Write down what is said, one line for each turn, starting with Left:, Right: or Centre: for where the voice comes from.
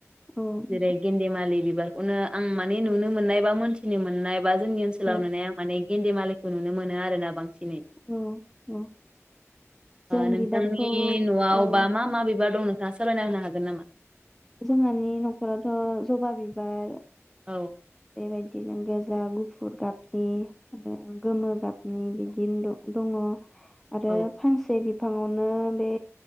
Centre: औ नोंथां
Right: जेरै गिन्दे मालि बिबारखौनो आं माने नुनो मोननाय बा मोनथिनो मोननाय बा जोंनि ओनसोलावनो
Centre: औ
Right: माने इन्दि मालायखौ नुनो मोनो आरोना बांसिन
Centre: औ औ जों
Right: नोंथांनि
Centre: बिबारखौ
Right: न'आव
Centre: औ
Right: बा मा मा बे बा दं नोंथाङा सालायना होनो हागोन नामा
Centre: जोंहानि न'खरावथ' जबा बिबार
Right: औ
Centre: बेबायदिनो गोजा गुफुर गाब दे आरो गोमो गाब बे बिदिनो द दङ आरो
Right: औ
Centre: फांसे बि फाङावनो बे